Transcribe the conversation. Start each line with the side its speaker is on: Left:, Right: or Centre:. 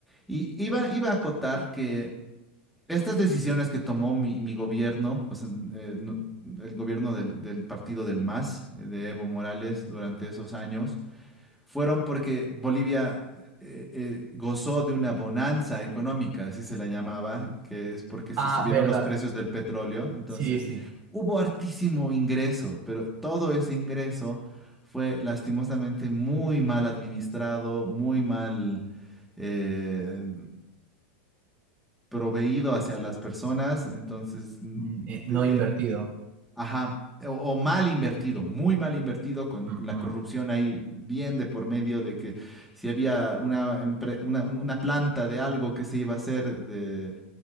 Centre: y iba, iba a acotar que estas decisiones que tomó mi, mi gobierno, o sea, eh, no- el gobierno del, del partido del MAS, eh, de Evo Morales, durante esos años, fueron porque Bolivia eh, eh, gozó de una bonanza económica, así se la llamaba, que es porque se
Right: ah,
Centre: subieron
Right: verdad,
Centre: los precios del petróleo. Entonces,
Right: sí, sí,
Centre: hubo hartísimo ingreso, pero todo ese ingreso fue lastimosamente muy mal administrado, muy mal... eh, proveído hacia las personas, entonces, mm,
Right: mm, eh, no
Centre: de-
Right: invertido.
Centre: eh, ajá, eh, o, o mal invertido, muy mal invertido, con
Right: Ujú.
Centre: la corrupción ahí bien de por medio de que si había una, empre- una, un- una planta de algo que se iba a hacer de,